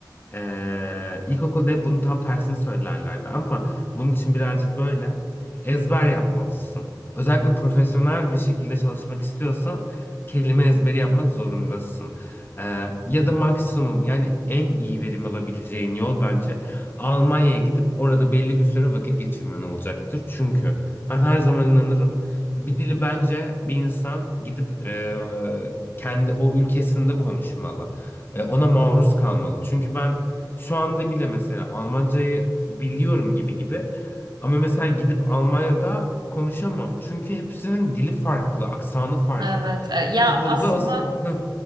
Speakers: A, on the left; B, on the right.
A: e, ilkokulda hep bunun tam tersini söylerlerdi ama bunun için birazcık böyle ezber yapmalısın. Özellikle profesyonel bir şekilde çalışmak istiyorsan kelime ezberi yapmak zorundasın. E, ya da maksimum yani en iyi verim alabileceğin yol bence Almanya'ya gidip orada belli bir süre vakit geçirmen olacaktır. Çünkü ben her zaman inanırım. Bir dili bence bir insan gidip e, kendi o ülkesinde konuşmalı. E, ona maruz kalmalı. Çünkü ben şu anda bile mesela Almancayı biliyorum gibi gibi ama mesela gidip Almanya'da konuşamam. Çünkü hepsinin dili farklı, aksanı farklı.
B: Evet. e, Ya
A: Biz burada
B: aslında
A: asıl... Heh,